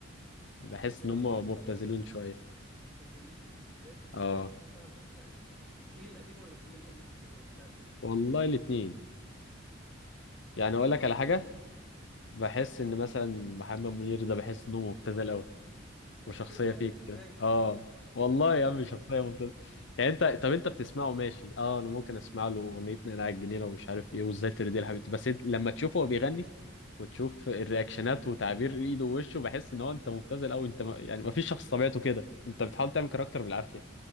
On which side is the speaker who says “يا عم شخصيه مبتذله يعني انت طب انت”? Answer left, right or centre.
Left